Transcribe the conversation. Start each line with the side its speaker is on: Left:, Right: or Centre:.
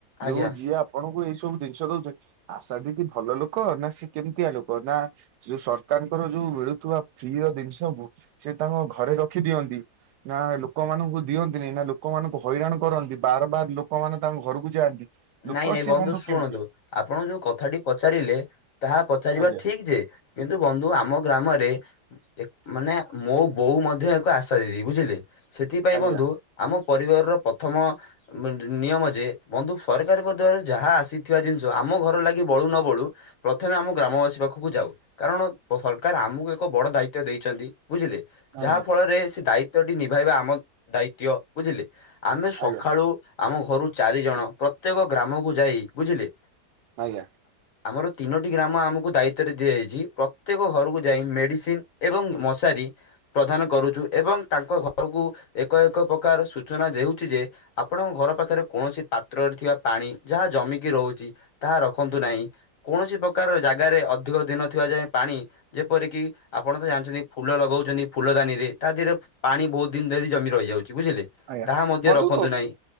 Left: ଆଜ୍ଞା।
Right: ଯୋଉ ଯିଏ ଆପଣ ଣଙ୍କୁ ଏଇ ସବୁ ଜିନିଷ ଦଉଛନ୍ତି, ଆଶା ଦିଦି ଭଲ ଲୋକ ନା ସେ କେମିତିଆ ଲୋକ ନା ଯୋଉ ସରକାର ତାଙ୍କର ଯୋଉ ମିଳୁଥିବା ଫ୍ରି ର ଜିନିଷକୁୁ ସେ ତାଙ୍କ ଘରେ ରଖି ଦିଅନ୍ତି। ନା ଲୋକମାନଙ୍କୁ ଦିଅନ୍ତି ନେଇଁ ନା ଲୋକମାନଙ୍କୁ ହଇରାଣ କରନ୍ତି। ବାର ବାର ଲୋକମାନେ ତାଙ୍କ ଘରକୁ ଯାଆନ୍ତି। ଲୋକ
Left: ନାଇଁ ନାଇଁ
Right: ସିଏ
Left: ବନ୍ଧୁ ଶୁଣନ୍ତୁ,
Right: କେମିତିଆ
Left: ଆପଣ ଯୋଉ କଥାଟି ପଚାରିଲେ। ତାହା ପଚାରିବା
Right: ଆଜ୍ଞା
Left: ଠିକ ଯେ, କିନ୍ତୁ ବନ୍ଧୁ ଆ ଆମ ଗ୍ରାମରେ, ଏ ମାନେ ମୋ ବୋଉ ମଧ୍ୟ ଏକ ଆଶା ଦିଦି ବୁଝିଲେ। ସେଥିପାଇଁ
Right: ଆଜ୍ଞା
Left: ବନ୍ଧୁ, ଆମ ପରିବାରର ପ୍ରଥମ ଅ ନିୟମ ଯେ ବନ୍ଧୁ ସରକାରଙ୍କ ଦ୍ୱାରା ଯାହା ଆସିଥିବା ଜିନିଷ। ଆମ ଘର ଲାଗି ବଳୁ ନ ବଳୁ ପ୍ରଥମେ ଆମ ଗ୍ରାମବାସୀ ପାଖକୁ ଯାଉ। କାରଣ ସରକାର ଆମକୁ ଏକ ବଡ ଦାୟିତ୍ୱ ଦେଇଛନ୍ତି। ବୁଝିଲେ, ଯାହା
Right: ଆଜ୍ଞା
Left: ଫଳରେ ସେ ଦାୟିତ୍ୱଟି ନିଭାଇବା ଆମ ଦାୟିତ୍ୱ ବୁଝିଲେ। ଆମେ ସକାଳୁ
Right: ଆଜ୍ଞା।
Left: ଆମ ଘରୁ ଚାରିଜଣ ପ୍ରତ୍ୟେକ ଗ୍ରାମକୁ ଯାଇ ବୁଝିଲେ।
Right: ଆଜ୍ଞା
Left: ଆମର ତିନୋଟି ଗ୍ରାମ ଆମକୁ ଦାୟି ତ୍ୱରେ ଦିଆଯାଇଛି ।ପ୍ରତ୍ୟେକ ଘରକୁ ଯାଇ ମେଡିସିନ ଏବଂ ମଶାରୀ ପ୍ରଦାନ କରୁଛୁ। ଏବଂ ତାଙ୍କ ଘରକୁ ଏକ ଏକ ପ୍ରକାର ସୂଚନା ଦେଉଛି ଯେ, ଆପଣଙ୍କ ଘର ପାଖରେ କୌଣସି ପାତ୍ରରେ ଥିବା ପାଣି ଯାହା ଜମିକି ରହୁଛି ତାହା ରଖନ୍ତୁ ନାହିଁ। କୌଣସି ପ୍ରକାର ଜାଗାରେ ଅଧିକ ଦିନ ଥିବା ଯାଏଁ ପାଣି ଯେପରିକି ଆପଣ ତ ଜାଣିଛନ୍ତି, ଫୁଲ ଲଗଉଛନ୍ତି ଫୁଲଦାନିରେ ତା ଦେହରେ ପାଣି ବହୁତ ଦିନ ଧରି ଜମି ରହି ବୁଝିଲେ
Right: ଆଜ୍ଞା
Left: ତାହା ମଧ୍ୟ
Right: ବନ୍ଧୁ
Left: ରଖନ୍ତୁ ନାହିଁ।